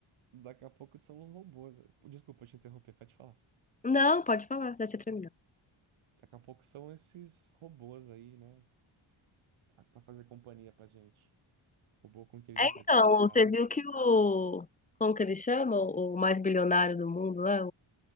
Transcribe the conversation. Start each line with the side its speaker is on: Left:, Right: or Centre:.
Right: daqui a pouco são os robôs. Desculpa te interromper, pode falar.
Left: Não, pode falar, já tinha terminado.
Right: Daqui a pouco são esses robôs aí, né? Pra fazer companhia pra gente. robô com inteligência
Left: É, então,
Right: artificial,
Left: você viu que o. Como que ele chama? O, o mais bilionário do mundo, né?